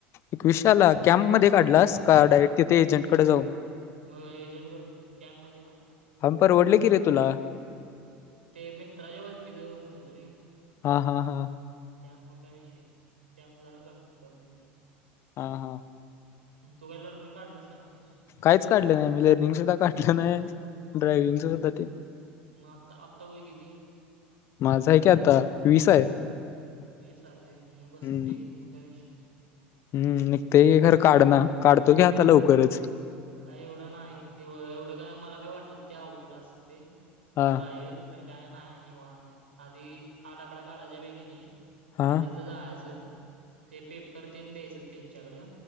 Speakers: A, on the left (about 50°); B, on the right (about 85°).
A: एकविशे आला? कॅम् मध्ये काढलास का डायरेक्ट तिथे एजंट कडे जाऊन?
B: हो एजंटकडनच. कॅम् मधे नाय.
A: परवडलं की रे तुला.
B: ते मित्राच्या ओळखीचं होततं रे.
A: हा हा हा.
B: त्यामुळे काही विषय नाही. त्यामुळे जरा कमीत करून <inaudible>
A: हा हा.
B: मंग तू काही लर्निंग काढलंस का नाहीस?
A: काहीच काढलं नाही मी. लर्निंग सुद्धा काढलं नाही. ड्रायविंगच सुद्धा ते
B: म आत्ता आत्ता वय किती?
A: माझं आहे कि आता. वीस आहे.
B: वीस आहे व्हय? मग बसतयं,
A: हम्म
B: म काय विषय नाही.
A: हम्म निघतयं खर काढना. काढतो की आता लवकरच.
B: काय एवढं नाही. एवढं काय मला बी वाटत ते अवघड असतय.
A: हा
B: ट्रायल. काय नाय निवांत हाय. आधी आठ आकडा काढायच्या वेळी कनी,
A: हा
B: आधी तिथं जायाचं. ते पेपर तेन द्यायचं त्यांच्याकडं.